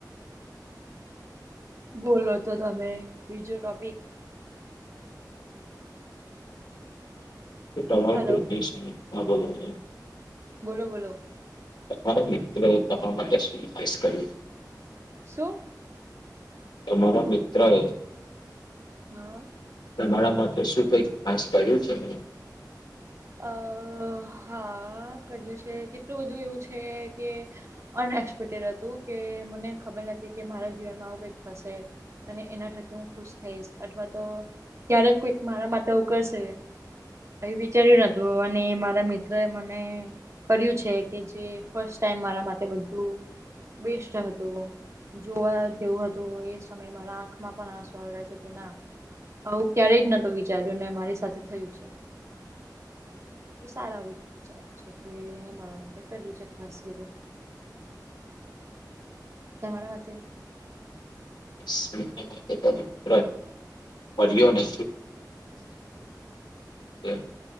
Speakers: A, on the right; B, on the left.
A: બોલો તો તમે બીજું ટોપિક.
B: <unintelligible>
A: હલો બોલો બોલો
B: તમારો મિત્રો તમા માટે શું ખાસ કર્યું?
A: સું?
B: તમારા મિત્ર એ...
A: હા.
B: તમારા માટે શું કઈક આશ પડ્યું છે? <unintelligible>
A: અ હા કર્યું છે, કેટલું બધું એવું છે, કે. અનએક્સપેક્ટેડ હતું, કે મને ખબર નથી કે મારા જીવનમાં આવું કંઈક થશે. અને એના થકી હું ખુશ થઈશ, અથવા તો ક્યારેક કોઈક મારા માટે આવું કરશે. એ વિચાર્યું નતું અને મારા મિત્ર એ મને. કર્યું છે, કે જે ફસ્ટ ટાઈમ મારા માટે બધું બેસ્ટ હતું. જોવા જેવું હતું, એ સમય મારા આંખમાં પણ આંસો આવયા છે કે ના. આવું ક્યારેય જ નતુ વિચાર્યું ને મારી સાથે થયું છે. તો સારા આવી વિચારજ છે, કે એને માળા માટે કર્યું છે, ખાસ બધું. તમારા માટે.
B: <inaudible> મળ્યો ને <unintelligible>